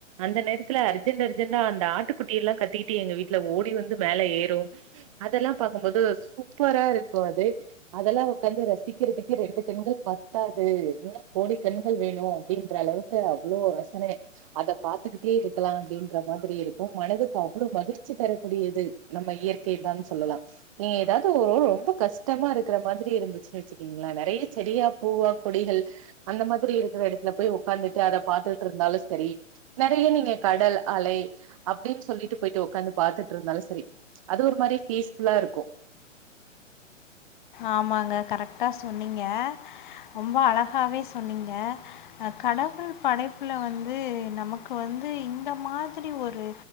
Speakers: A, on the right; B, on the left.
A: அந்த நேரத்துல அர்ஜென்ட் அர்ஜெண்டா அந்த ஆட்டுக்குட்டியெல்லா கத்திக்கிட்டு எங்க வீட்ல ஓடி வந்து மேல ஏறு அதெல்லா பாக்கும்போது சூப்பரா இருக்கு அது அதெல்லா உக்காந்து ரசிக்கறதுக்கு ரெண்டு கண்கள் பத்தாது இன்னு கோடி கண்கள் வேணு அப்டின்ற அளவுக் க்கு அவ்ளோ ரசனே அத பாத்துக்கிட்டே இருக்கலா அப்டின்ற மாதிரி இருக்கு மனதுக்கு அவ்ளோ மகிழ்ச்சி தரக்கூடியது நம்ம இயற்கை தான் சொல்லலா நீங்க எதாது ஒரு ரொம்ப கஷ்டமா இருக்கற மாதிரி இருந்துச்சுன்னு வச்சக்கீங்ளே நெறைய செடியா பூவா கொடிகள் அந்த மாதிரி இருக்கற எடத்துல போய் உக்காந்துட்டு அத பாத்துக்கிட் இருந்தாலு செரி நெறைய நீங்க கடல் அலை அப்டின் சொல்லிட்டு போயிட்டு உக்காந்து பாத்துட்டு இருந்தாலு சரி அது ஒரு மாரி பீஸ்ஃபுல்லா இருக்கு
B: ஆமாங்க கரெக்டா சொன்னீங்க ரொம்ப அழகாவே சொன்னீங்க அ கடவுள் படைப்புல வந்து நமக்கு வந்து இந்த மாதிரி ஒரு